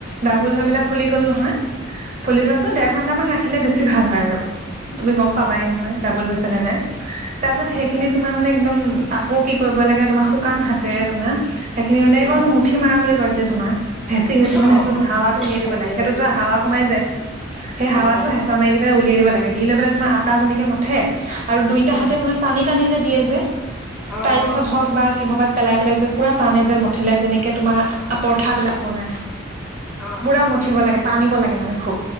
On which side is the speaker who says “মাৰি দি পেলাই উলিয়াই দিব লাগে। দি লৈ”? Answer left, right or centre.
Right